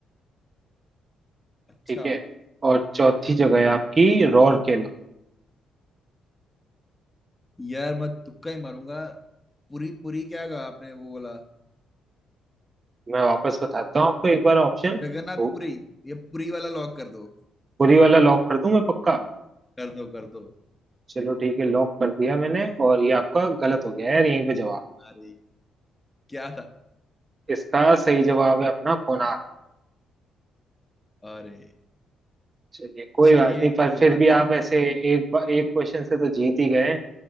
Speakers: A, on the left; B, on the right.
A: अच्छा
B: ठीक है और चौथी जगह है आपकी राउरकेला
A: यार मैं तुक्का ही मारूंगा पुरी पुरी क्या कहा आपने वो बोला
B: मैं वापस बताता हूँ आपको एक बार ऑप्शन
A: जगन्नाथ
B: वो
A: पुरी ये पुरी वाला लॉक कर दो
B: पुरी वाला लॉक कर दूं मैं पक्का
A: कर दो कर दो
B: चलो ठीक है लॉक कर दिया मैंने और ये आपका गलत हो गया यार यहीं पे जवाब
A: अरे क्या था
B: इसका सही जवाब है अपना कोणार्क
A: अरे
B: चलिए कोई
A: चलिए
B: बात नहीं पर
A: कोई
B: फिर
A: बात
B: भी
A: नहीं
B: आप ऐसे एक एक क्वेश्चन से तो जीत ही गए